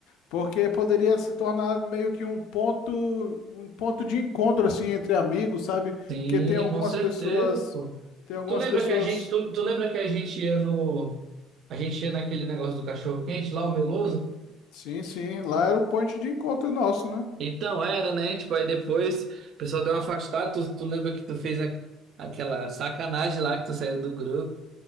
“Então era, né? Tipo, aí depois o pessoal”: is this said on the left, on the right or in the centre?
Right